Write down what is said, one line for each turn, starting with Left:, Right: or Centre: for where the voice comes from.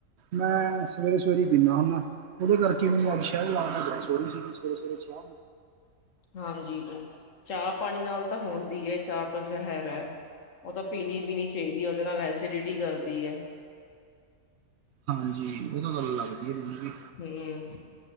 Right: ਮੈਂ ਸਵੇਰੇ, ਸਵੇਰੇ ਹੀ ਪੀਨਾ ਹੁਨਾ। ਔਹਦੇ ਕਰਕੇ
Left: ਅੱਛਾ
Right: ਮੈਨੂੰ ਅੱਜ
Left: ਜੀ
Right: ਸ਼ਹਿਰ ਜਾਣਾ ਪਿਆ ਥੋੜ੍ਹੀ ਜੀ ਸਵੇਰੇ ਸਵੇਰੇ ਚਾਹ।
Left: ਹਾਂਜੀ ਚਾਹ ਪਾਣੀ ਨਾਲ ਤਾਂ ਹੁੰਦੀ ਹੈ ਚਾਹ ਤਾਂ ਜ਼ਹਿਰ ਹੈ। ਔਹ ਤਾਂ ਪੀਣੀ ਵੀ ਨਹੀਂ ਚਾਹੀਦੀ ਹੈ ਔਹਦੇ ਨਾਲ ਐਸੀਡਿਟੀ ਕਰਦੀ ਹੈ।
Right: ਹਾਂਜੀ ਔਹ ਤਾਂ ਗੱਲ ਲਗਦੀ ਹੈ ਮੈਨੂੰ ਵੀ।
Left: ਹਮ